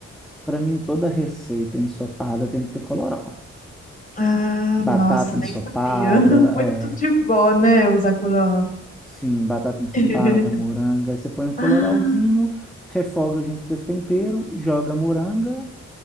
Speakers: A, in the centre; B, on the left.
A: para mim toda receita ensopada tem que ter colorau.
B: Ah,
A: Batata
B: nossa,
A: ensopada,
B: nem sabia. <laughs> Muito
A: é,
B: de vó, né, o Sakura.
A: sim, batata ensopada,
B: <laughs>
A: moranga, aí você põe um colorauzinho,
B: Ah,
A: refoga junto com esse tempero, joga a moranga,